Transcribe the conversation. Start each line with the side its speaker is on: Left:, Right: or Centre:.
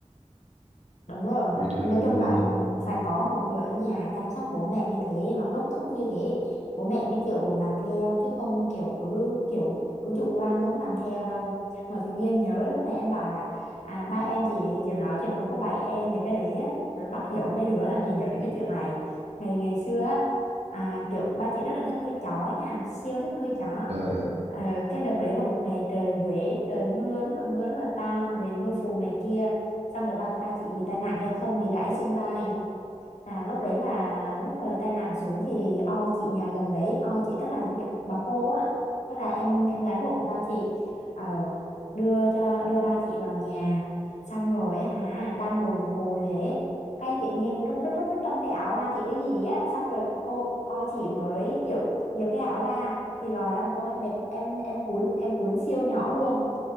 Left: Đúng rồi,
Right: rồi đưa
Left: nói
Right: đưa
Left: chung
Right: đi
Left: là phải có một người ở nhà chăm sóc bố mẹ như thế hoặc đốc thúc như thế bố mẹ mới chịu làm theo chứ không kiểu cứ kiểu cứ chủ quan không làm theo đâu. Mà tự nhiên nhớ lúc này em bảo là à, ba em chỉ chỉ nói chuyện với cô bảy em về cái đấy á, rồi bắt dỗ mấy đứa làm chị nhớ đến cái chuyện này. Ngày ngày xưa á, à, kiểu ba chị rất là thích nuôi chó nha, siêu thích nuôi chó.
Right: Ờ,
Left: Ờ, cái đợt đấy là một ngày trời Huế trời mưa rất là mưa rất là to rồi mưa phùn này kia xong rồi ba ba chị bị tai nạn giao thông bị gãy xương vai là lúc đấy là lúc mà tai nạn xuống thì o chị nhà gần đấy o chị tức là những kiểu bà cô á tức là em em gái ruột của ba chị ờ, đưa cho đưa ba chị vào nhà xong rồi á hả đang ngồi một hồi thế cái tự nhiên rút rít rút rít trong tay áo ba chị cái gì á xong rồi cô o chị mới kiểu giật cái áo ra thì lòi ra một con em bẹp em em cuốn em cuốn siêu nhỏ luôn